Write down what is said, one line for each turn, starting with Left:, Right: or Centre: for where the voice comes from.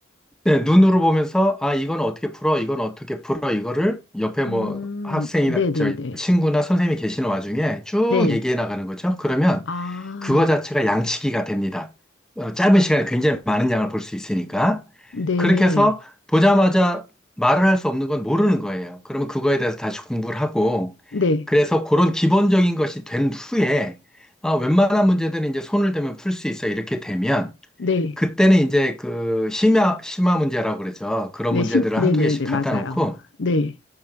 Centre: 네, 눈으로 보면서 아 이건 어떻게 풀어 이건 어떻게 풀어 이거를 옆에 뭐
Left: 음,
Centre: 학생이나
Left: 네네네.
Centre: 저
Left: 네.
Centre: 친구나 선생님이 계시는 와중에 쭉
Left: 네.
Centre: 얘기해
Left: 네.
Centre: 나가는 거죠. 그러면
Left: 아.
Centre: 그거 자체가 양치기가 됩니다. 어, 짧은 시간에 굉장히 많은 양을 볼 수 있으니까.
Left: 네,
Centre: 그렇게 해서 보자마자 말을 할 수 없는 건 모르는 거예요. 그러면 그거에 대해서 다시 공부를 하고,
Left: 네,
Centre: 그래서 그런 기본적인 것이 된 후에, 아, 웬만한 문제들은 이제 손을 대면 풀 수 있어. 이렇게 되면,
Left: 네,
Centre: 그때는 이제 그 심야, 심화 문제라고 그러죠. 그런
Left: 네,
Centre: 문제들을
Left: 심, 네,
Centre: 한두
Left: 네,
Centre: 개씩
Left: 네,
Centre: 갖다
Left: 맞아요.
Centre: 놓고,
Left: 네.